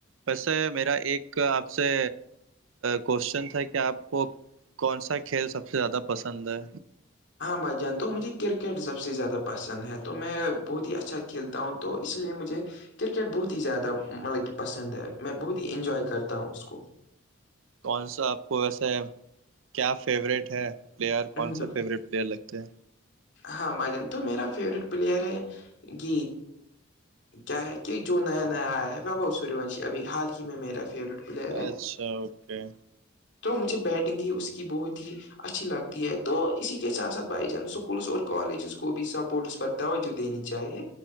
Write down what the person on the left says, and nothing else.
بھائی جان تو مجھے کرکٹ سب سے زیادہ پسند ہے تو میں بہت ہی اچھا کھیلتا ہوں تو اس لیے مجھے کرکٹ بہت ہی زیادہ مطلب کہ پسند ہے میں بہت ہی انجوائے کرتا ہوں اس کو
تو
ہاں بھائی جان تو میرا فیوریٹ پلیئر ہے گ کیا ہے کہ جو نیا نیا آیا ہے و بھو سور ونشی ابھی حال ہی میں میرا فیوریٹ پلیر
تو مجھے بیٹنگ ہی اس کی بہت ہی اچھی لگتی ہے تو اسی کے ساتھ ساتھ بائی چانس اسکولس اور کالجز کو بھی سپورٹس پر توجہ دینی چاہیے